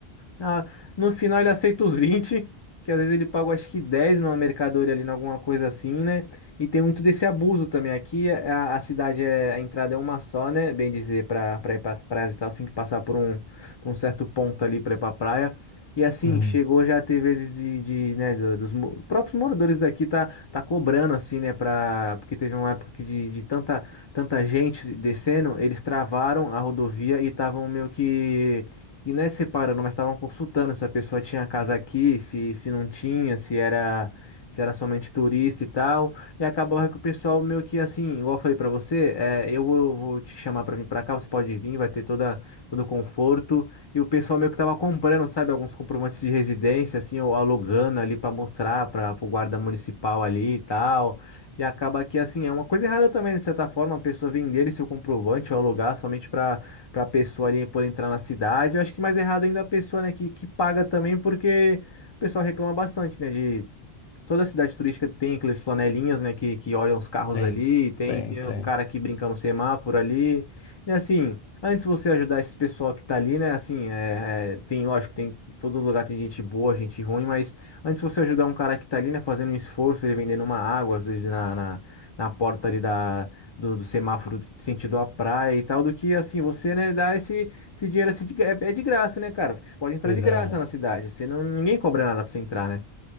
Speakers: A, on the left; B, on the left.
A: Ah, no final ele aceita os vinte que às vezes ele paga acho que 10 numa mercadoria ali, em alguma coisa assim, né? E tem muito desse abuso também. Aqui é, a, a cidade, é, a entrada é uma só, né? Bem dizer, para pra pra ir para as praias e tal, você tem que passar por um, por um certo ponto ali para ir para praia. E assim,
B: uhum,
A: chegou já teve vezes de, de, né, do- dos mo- próprios moradores daqui tá, tá cobrando assim, né, pra, porque teve uma época que de, de tanta, tanta gente descendo, eles travaram a rodovia e estavam meio que e não é separando, mas estavam consultando se a pessoa tinha casa aqui, se, se não tinha, se era, se era somente turista e tal. E acabou que o pessoal meio que assim, igual eu falei pra você, é, eu vou, vou te chamar pra vir pra cá, você pode vir, vai ter toda, todo o conforto. E o pessoal meio que tava comprando, sabe, alguns comprovantes de residência, assim, ou alugando ali pra mostrar para o guarda municipal ali e tal. E acaba que, assim, é uma coisa errada também, de certa forma, a pessoa vender esse seu comprovante ou alugar somente para para a pessoa ali poder entrar na cidade. Eu acho que mais errado ainda a pessoa, né, que, que paga também, porque o pessoal reclama bastante, né, de Toda cidade turística tem aqueles flanelinhas, né, que, que olham os carros
B: tem,
A: ali, tem,
B: tem,
A: tem
B: tem.
A: o cara aqui brincando no semáforo ali. E assim, antes de você ajudar esse pessoal que tá ali, né, assim, é, é, tem, lógico, tem, todo lugar tem gente boa, gente ruim, mas antes de você ajudar um cara que tá ali, né, fazendo um esforço, ele vendendo uma água, às vezes na, na, na porta ali da, do, do semáforo sentido à praia e tal, do que, assim, você, né, dar esse, esse dinheiro, assim, de, gra- é, é de graça, né, cara, porque você pode entrar
B: Pois
A: de graça
B: é, velho.
A: na cidade, você não, ninguém cobra nada pra você entrar, né?